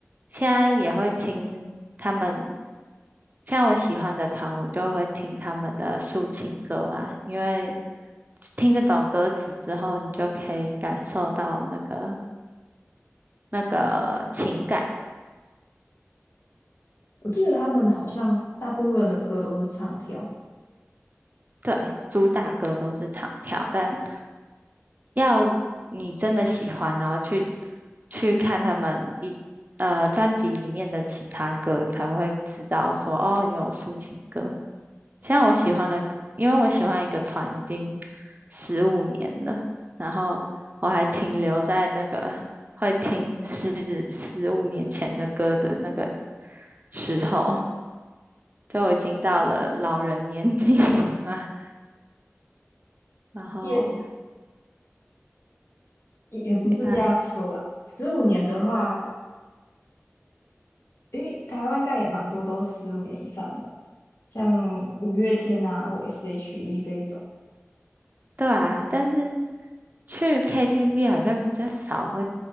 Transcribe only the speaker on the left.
我记得他们好像大部分的歌都是唱跳。
也也也不是这样说啦，
十五年的话，因为台湾应该也蛮多都十五年以上吧。像五月天啊或 S.H.E 这一种。